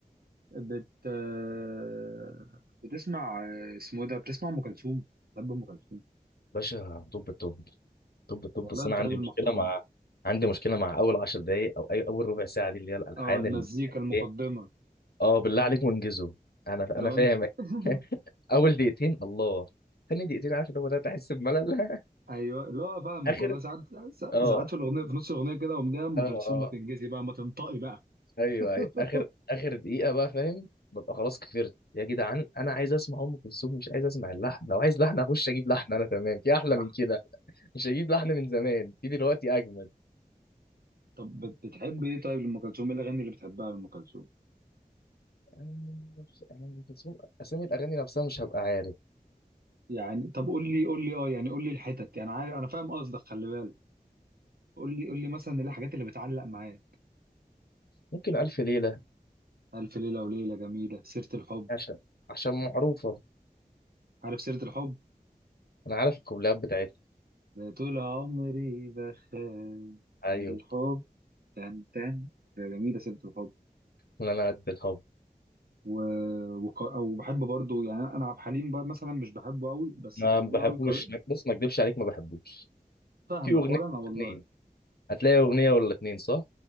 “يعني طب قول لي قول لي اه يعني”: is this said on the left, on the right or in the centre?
Right